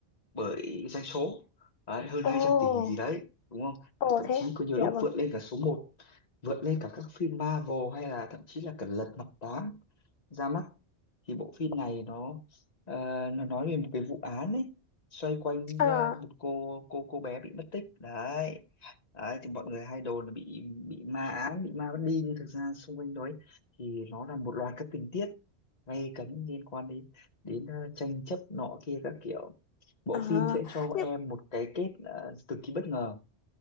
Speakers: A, on the left; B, on the left.
A: bởi doanh số đấy, hơn 200
B: ồ
A: tỷ gì đấy đúng không
B: ồ
A: và thậm
B: thế
A: chí có nhiều
B: dạ
A: lúc
B: vâng
A: vượt lên cả số một vượt lên cả các phim Marvel hay là thậm chí là cả Lật Mặt 8 ra mắt thì bộ phim này nó ờ, nó nói về một cái vụ án ấy xoay quanh
B: à,
A: ờ, một cô cô cô bé bị mất tích đấy đấy thì mọi người hay đồn là bị bị ma ám bị ma bắt đi nhưng thực ra xung quanh đấy thì nó là một loạt các tình tiết gay cấn liên quan đến đến ờ, tranh chấp nọ kia các kiểu bộ
B: à,
A: phim sẽ cho
B: nhưng
A: em một cái kết ờ, cực kỳ bất ngờ